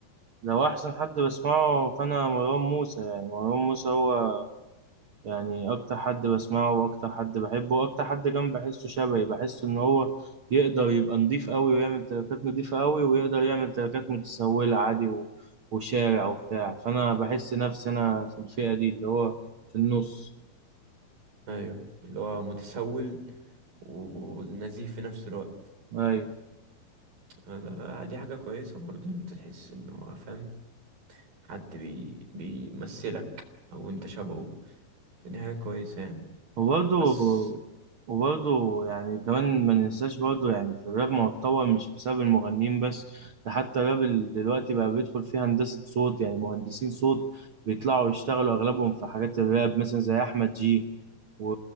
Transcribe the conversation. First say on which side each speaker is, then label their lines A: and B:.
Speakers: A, on the right; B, on the right.
A: لو أحسن حد بسمعه فأنا مروان موسى يعني مروان موسى هو يعني أكتر حد بسمعه وأكتر حد بحبه وأكتر حد كمان بحسه شبهي بحسه إن هو يقدر يبقى نضيف أوي ويعمل تراكات نضيفة أوي ويقدر يعمل تراكات متسولة عادي و... وشارع وبتاع فأنا بحس نفسي أنا في الفئة دي اللي هو في النص
B: ايوه اللي هو متسول ونزيف في نفس الوقت
A: أيوة
B: ده- دي حاجة كويسة برضه إن انت تحس ان هو فاهم حد بي بيمثلك او انت شبهه فدي حاجة كويسة يعني
A: وبرضه
B: بس
A: وبرضه يعني كمان ما ننساش برضه يعني في الراب ما هو اتطور مش بسبب المغنيين بس ده حتى الراب ال- دلوقتي بقى بيدخل فيه هندسة صوت يعني مهندسين صوت بيطلعوا يشتغلوا أغلبهم في حاجات الراب مثلا زي أحمد جي و...